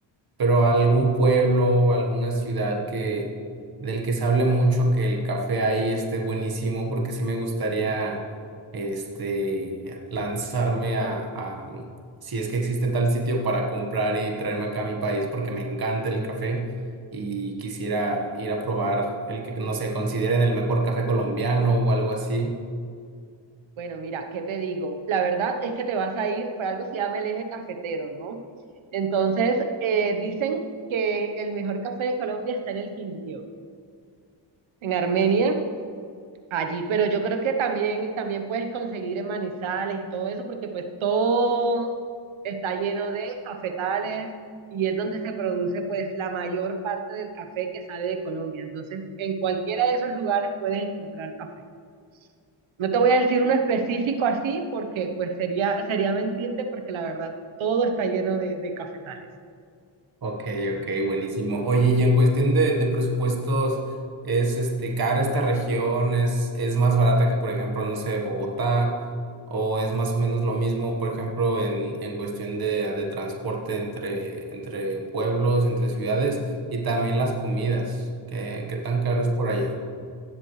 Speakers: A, on the right; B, on the right.
A: pero algún pueblo, alguna ciudad que del que se hable mucho que el café ahí esté buenísimo, porque sí me gustaría este lanzarme a, a, mm, si es que existe tal sitio para comprar y traerme acá a mi país, porque me encanta el café y quisiera ir a probar el que no sé, consideren el mejor café colombiano o algo así.
B: Bueno, mira, ¿qué te digo? La verdad es que te vas a ir, por algo se llama el eje cafetero, ¿no? Entonces, eh, dicen que el mejor café de Colombia está en el Quindío, en Armenia, allí, pero yo creo que también, también puedes conseguir en Manizales y todo eso, porque pues todo está lleno de cafetales y es donde se produce pues la mayor parte del café que sale de Colombia. Entonces, en cualquiera de esos lugares puedes encontrar café. No te voy a decir uno específico así, porque pues sería, sería mentirte, porque la verdad todo está lleno de, de cafetales.
A: Ok, ok, buenísimo. Oye, y en cuestión de, de presupuestos, ¿es este cara esta región? ¿Es, es más barata que, por ejemplo, no sé, Bogotá? ¿O es más o menos lo mismo, por ejemplo, en, en cuestión de, de transporte entre, entre pueblos, entre ciudades y también las comidas? ¿Qué, qué tan caro es por allá?